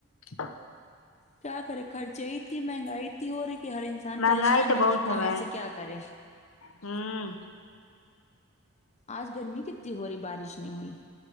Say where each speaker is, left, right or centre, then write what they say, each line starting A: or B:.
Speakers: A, on the left; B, on the left.
A: ہ
B: کیا کرے خرچے اتنی مہنگائی اتتی ہو رہی کہ ہر انسان
A: مہنگائی
B: پریشان
A: تو
B: ہے
A: بہت
B: کہ کہاں
A: بہن
B: سے کیا کرے
A: ہوں
B: آج گرمی کتتی ہو رہی بارش نہیں ہوئی